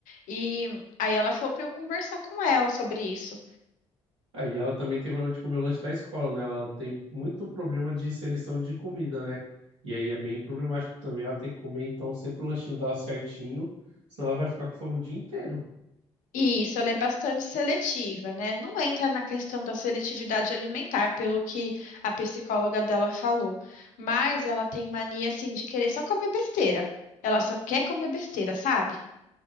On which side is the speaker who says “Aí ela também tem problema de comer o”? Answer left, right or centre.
Right